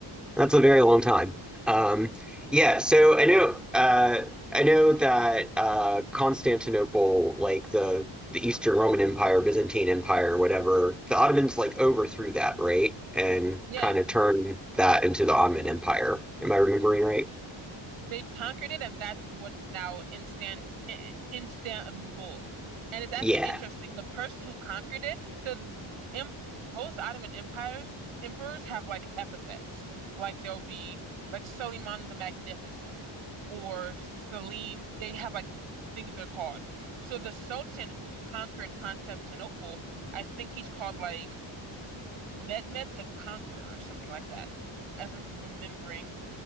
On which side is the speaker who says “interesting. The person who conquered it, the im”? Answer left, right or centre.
Right